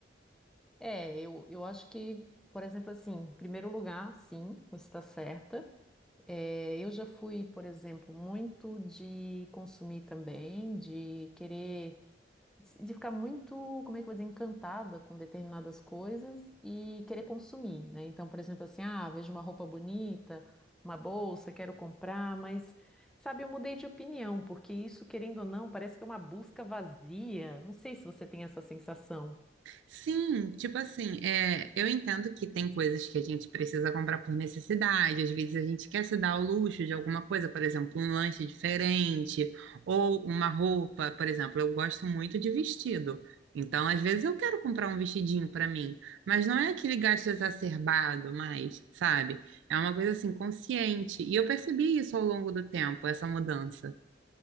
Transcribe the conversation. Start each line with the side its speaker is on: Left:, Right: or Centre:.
Centre: É, eu, eu acho que, por exemplo, assim, em primeiro lugar, sim, você está certa. É, eu já fui, por exemplo, muito de consumir também, de querer. de ficar muito, como é que eu vou dizer, encantada com determinadas coisas e querer consumir, né? Então, por exemplo, assim, ah, vejo uma roupa bonita, uma bolsa, quero comprar, mas, sabe, eu mudei de opinião, porque isso, querendo ou não, parece que é uma busca vazia. Não sei se você tem essa sensação.
Right: Sim, tipo assim, é, eu entendo que tem coisas que a gente precisa comprar por necessidade, às vezes a gente quer se dar ao luxo de alguma coisa, por exemplo, um lanche diferente ou uma roupa, por exemplo, eu gosto muito de vestido. Então, às vezes eu quero comprar um vestidinho para mim, mas não é aquele gasto exacerbado mais, sabe? É uma coisa assim consciente. E eu percebi isso ao longo do tempo, essa mudança.